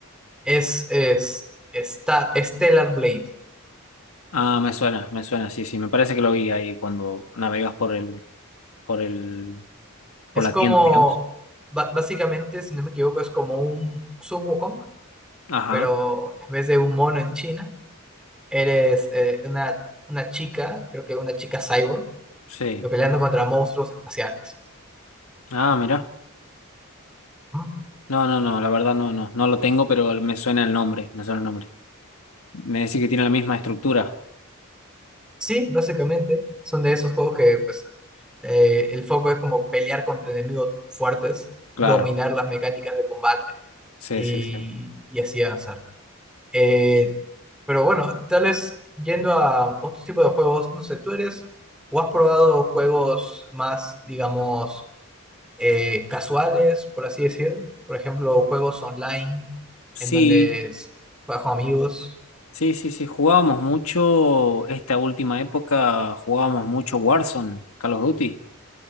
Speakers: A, in the centre; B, on the left.
A: Es, es, está Stellar Blade.
B: Ah, me suena, me suena, sí, sí, me parece que lo vi ahí cuando navegas por el, por el,
A: Es
B: por la
A: como,
B: tienda, digamos.
A: ba- básicamente, si no me equivoco, es como un Sun Wukong,
B: Ajá,
A: pero en vez de un mono en China, Eres eh, una, una chica, creo que una chica cyborg,
B: sí.
A: que peleando contra monstruos espaciales.
B: Ah, mira.
A: ¿no?
B: No, no, no, la verdad no, no, no lo tengo, pero me suena el nombre, me suena el nombre. Me decís que tiene la misma estructura.
A: Sí, básicamente son de esos juegos que pues eh, el foco es como pelear contra enemigos fuertes,
B: Claro,
A: dominar las mecánicas de combate
B: sí,
A: y,
B: sí, sí.
A: y así avanzar. Eh, pero bueno, tal vez yendo a otro tipo de juegos, no sé, tú eres o has probado juegos más, digamos, eh, casuales, por así decir. Por ejemplo, juegos online
B: Sí,
A: en donde s- juegas con amigos.
B: sí, sí, sí, jugábamos mucho, esta última época jugábamos mucho Warzone, Call of Duty.